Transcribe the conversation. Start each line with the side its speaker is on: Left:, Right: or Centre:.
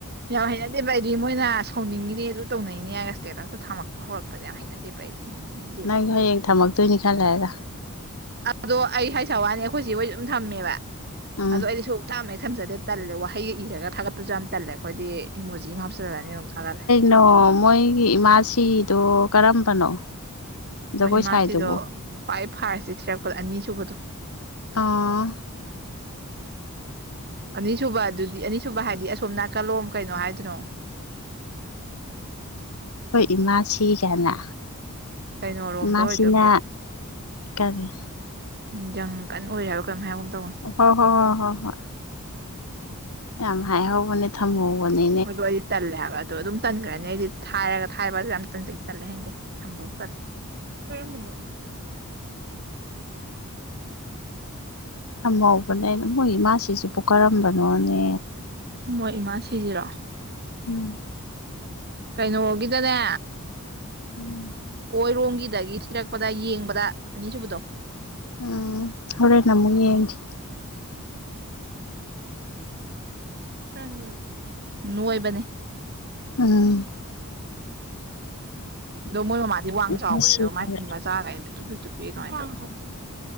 Right: ꯌꯥꯝ ꯍꯩꯅꯗꯦ <unintelligible> ꯑꯩꯗꯤ ꯃꯣꯏꯅ ꯁꯥꯎꯅꯤꯡꯉꯤꯅꯤ ꯑꯗꯨ ꯇꯧꯅꯩꯅꯦ ꯍꯥꯏꯒ ꯁ꯭ꯇꯦꯇꯁꯇ ꯊꯥꯝꯃꯛꯄ ꯍꯧꯔꯛꯄꯁꯦ ꯌꯥꯝ ꯍꯩꯅꯗꯦꯕ ꯑꯩꯥ <inaudible>
Left: ꯅꯪꯁꯨ ꯍꯌꯦꯡ ꯊꯝꯃꯛꯇꯣꯏꯅꯤ ꯈꯔ ꯂꯩꯔꯒ
Right: ꯑꯗꯣ ꯑꯩ ꯍꯥꯏꯁꯥ ꯋꯥꯅꯤ ꯑꯩꯈꯣꯏ ꯆꯦ ꯍꯣꯏꯁꯨ ꯑꯗꯨꯝ ꯊꯝꯃꯦꯕ
Left: ꯎꯝ
Right: ꯑꯗꯣ ꯑꯩꯗꯤ ꯁꯨꯡ ꯊꯝ ꯍꯦꯛ ꯊꯝꯖꯗꯦ ꯇꯜꯂꯦ ꯋꯥꯍꯩꯒ ꯏꯔꯒ ꯊꯥꯒꯠꯄꯁꯨ ꯌꯥꯝ ꯇꯜꯂꯦ ꯑꯩꯈꯣꯏꯗꯤ ꯏꯃꯣꯖꯤ ꯑꯃ ꯍꯥꯞꯆꯜꯂꯅꯤ ꯑꯗꯨꯝ ꯊꯥꯒꯠꯂꯦ
Left: ꯅꯣ ꯃꯣꯏꯒꯤ ꯏꯃꯥꯁꯤꯗꯣ ꯀꯔꯝꯕꯅꯣ ꯖꯒꯣꯏ
Right: ꯃꯣꯏ ꯏꯃꯥꯁꯤꯗꯣ
Left: ꯁꯥꯏꯗꯨꯕꯣ
Right: ꯈ꯭ꯋꯥꯏ ꯐꯥꯔꯁꯇ ꯊꯤꯔꯛꯄꯗ ꯑꯅꯤ ꯁꯨꯨꯕꯗꯣ
Left: ꯑꯥ
Right: ꯑꯅꯤꯁꯨꯕ ꯑꯗꯨꯗꯤ ꯑꯅꯤꯁꯨꯕ ꯍꯥꯏꯗꯤ ꯑꯁꯣꯝ ꯅꯥꯀꯜꯂꯣꯝ ꯀꯩꯅꯣ ꯍꯥꯏꯗꯨꯅꯣ
Left: ꯍꯣꯏ ꯏꯃꯥꯁꯤꯒꯥꯢꯅ
Right: ꯀꯩꯅꯣꯔꯣꯝꯗ
Left: ꯏꯃꯥꯁꯤꯅ
Right: ꯑꯣꯏꯗꯣꯏ
Left: ꯀꯔꯤ
Right: ꯎꯝ ꯖꯪ ꯀꯟ ꯑꯣꯏꯔꯦ ꯍꯥꯏꯕ ꯀꯃꯝ ꯍꯥꯏꯕꯨꯝ ꯑꯃ ꯇꯧꯕꯅꯦ
Left: ꯍ ꯍꯣ ꯍꯣ ꯍꯣ ꯍꯣꯏ ꯌꯥꯝ ꯍꯥꯢꯍꯧꯕꯅꯦ ꯊꯝꯍꯧꯕꯅꯤ
Right: ꯑꯗꯣ ꯑꯩꯗꯤ ꯇꯜꯂꯦ ꯍꯥꯏꯕ ꯑꯗꯣ ꯑꯗꯨꯝ ꯇꯟꯈ꯭ꯔꯅꯤ ꯑꯩꯗꯤ ꯊꯥꯏꯔꯒ ꯊꯥꯏꯕꯁꯦ ꯌꯥꯝ ꯇꯟꯖꯩ ꯇꯜꯂꯦ ꯍꯏꯅꯗꯦ ꯊꯝꯕꯕꯧ ꯇꯜꯂꯦ ꯀꯔꯝꯕꯅꯣ
Left: ꯊꯝꯍꯧꯕꯅꯦꯅ ꯃꯣꯏ ꯏꯃꯥꯁꯤꯁꯤꯕꯨ ꯀꯥꯔꯝꯕꯅꯣꯅꯦ
Right: ꯃꯣꯏ ꯏꯃꯥ ꯁꯤꯁꯤꯔꯣ
Left: ꯎꯝ
Right: ꯀꯩꯅꯣꯒꯤꯗꯅꯦ
Left: ꯎꯝ
Right: ꯑꯣꯏꯔꯣꯝꯒꯤꯗꯒꯤ ꯊꯤꯔꯛꯄꯗ ꯌꯦꯡꯕꯗ ꯑꯅꯤꯁꯨꯕꯗꯣ
Left: ꯑꯥ ꯍꯣꯔꯦꯟ ꯑꯃꯨꯛ ꯌꯦꯡꯒꯦ
Right: ꯈꯔ ꯅꯣꯏꯕꯤꯁꯤ ꯅꯣꯢꯕꯅꯦ
Left: ꯑꯝ
Right: ꯑꯗꯣ ꯃꯣꯏ ꯃꯃꯥꯗꯤ ꯋꯥꯡ ꯆꯥꯎꯕꯅꯦ
Left: ꯃꯁꯤ
Right: ꯑꯗꯣ
Left: ꯈꯔ
Right: ꯃꯥꯏ ꯃꯆꯥ ꯀꯥꯏꯅ ꯄꯤꯠꯇ꯭ꯔꯨ ꯄꯤꯠꯇ꯭ꯔꯨ ꯄꯤꯛꯢ ꯀꯃꯥꯏꯅ ꯇꯧꯔꯤꯅꯣ ꯈꯪꯗꯦ